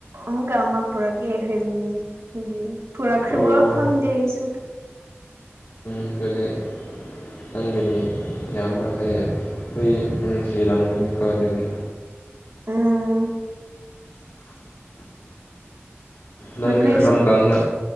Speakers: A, on the right; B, on the left.
A: ꯑꯃꯨꯛꯒ ꯑꯃ ꯄꯨꯔꯛꯑꯦ ꯍꯥꯏꯕꯅꯦ ꯑꯗꯨꯒꯤ ꯄꯨꯔꯛꯈ꯭ꯔꯤꯕ꯭ꯔꯣ
B: ꯑꯣ
A: ꯈꯪꯗꯦ ꯑꯩꯁꯨ
B: ꯎ ꯀꯔꯤ ꯅꯪꯒꯤꯅꯤ ꯌꯥꯝꯕꯁꯦ ꯍꯨꯏ ꯅꯨꯡꯁꯤꯔꯝꯒꯅꯤꯀꯣ ꯑꯗꯨꯗꯤ
A: ꯎꯝ
B: ꯅꯪꯅꯤ
A: ꯅꯈꯣꯏꯁꯨ
B: ꯀꯔꯝ ꯀꯥꯟꯅ